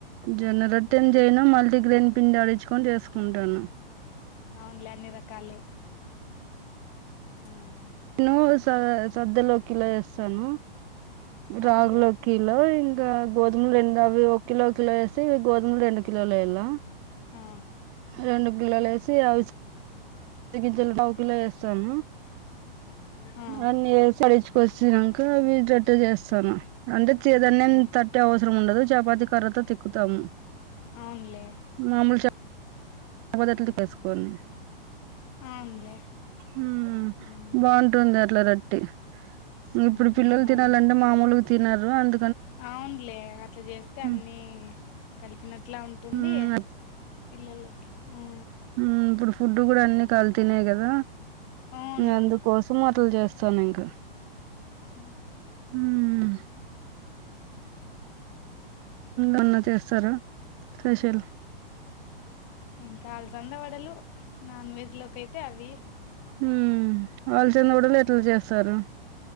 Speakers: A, on the right; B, on the left.
A: జొన్న రొట్టెం చేయను మల్టీగ్రెయిన్ పిండి ఆడించుకొని చేసుకుంటాను
B: అవున్లే అన్ని రకాలు హ్మ్
A: నువ్వు స సద్దలో కిలా వేస్తాను రాగులొకిలో
B: అవునులే
A: ఇంగా గో <unintelligible> అవి ఒక కిలో కిలో వేస్తే గోదుమలు రెండు కిలోలు వేయాలా
B: ఆ
A: రెండు కిలోలు వేసి అవి
B: ఉ
A: <unintelligible> పావుకిలో వేస్తాను
B: ఆ
A: అన్ని వచ్చినంక అవి రొట్టె చేస్తాను అంటే చెతోనే
B: ఆ
A: తట్టే అవసరం ఉండదు చపాతి కర్రతో తిక్కుతాం
B: అవునులే
A: మాముూ చ దట్లు తీసుకొన్
B: అవునులే
A: ఉమ్
B: ఉమ్
A: బాగుంటుంది అట్ల రోట్టి
B: ఉమ్
A: ఇప్పుడు పిల్లలు
B: మా
A: తినాలంటే
B: ఇంట్లో
A: మామూలు తినరు అంత
B: అవునులే అట్ల చేస్తే
A: మ్మ్
B: అన్ని కలిపినట్లా ఉంటా టుంది
A: మ్మ్
B: పిల్లలకి ఆ
A: ఉమ్ ఇప్పుడు ఫుడ్ కూడా అన్ని కాల్తినే కదా
B: అవును
A: అందుకోసం అట్ల చేస్తాను ఇంకా
B: ఉ
A: ఉమ్ న్న చేస్తారా స్పెషల్
B: ఇంకా అలసంద వడలు నాన్ వెజ్ లోకయితే అవి
A: ఉమ్ వాళ్ళ చందడలు ఎట్ల చేస్తారు